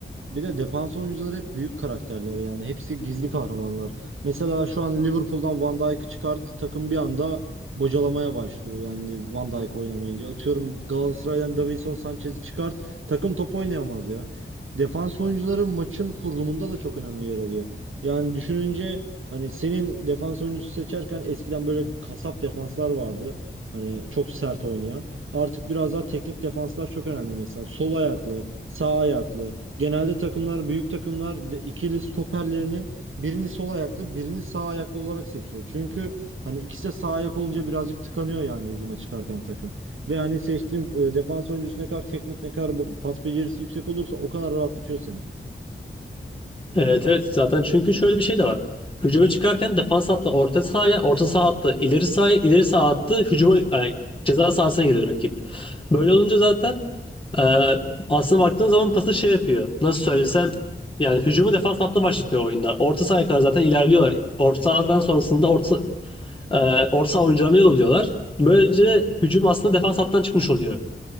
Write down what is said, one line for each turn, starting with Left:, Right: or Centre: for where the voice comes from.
Right: Bir de defans oyuncuları hep büyük karakterler yani hepsi gizli kahramanlar. Mesela şu an Liverpool'dan Van Dijk'ı çıkart takım bir anda bocalamaya başlıyor yani Van Dijk oynamayınca. Atıyorum Galatasaray'dan Davinson Sanchez'i çıkart takım top oynayamaz ya. Defans oyuncuları maçın kurulumunda da çok önemli yer alıyor. Yani düşününce hani senin defans oyuncusu seçerken eskiden böyle kasap defanslar vardı. Hani çok sert oynayan. Artık biraz daha teknik defanslar çok önemli mesela. Sol ayaklı, sağ ayaklı. Genelde takımlar, büyük takımlar de- ikili stoperlerinin birini sol ayaklı, birini sağ ayaklı olarak seçiyor. Çünkü hani ikisi de sağ ayak olunca birazcık tıkanıyor yani hücuma çıkarken takım. Ve hani seçtiğin e, defans oyuncusu ne kadar teknik, ne kadar bu- pas becerisi yüksek olursa o kadar rahatlatıyor seni.
Left: Evet evet zaten çünkü şöyle bir şey de var. Hücuma çıkarken defans hattı orta sahaya, orta saha hattı ileri sahaya, ileri saha hattı hücuma e, ceza sahasına geliyor rakip. Böyle olunca zaten e, aslında baktığın zaman pası şey yapıyor. Nasıl söylesem yani hücumu defans hattı başlatıyor oyunda. Orta sahaya kadar zaten ilerliyorlar. Orta sahadan sonrasında orta, e, orta saha oyuncularına yolluyorlar. Böylece hücum aslında defans hattından çıkmış oluyor.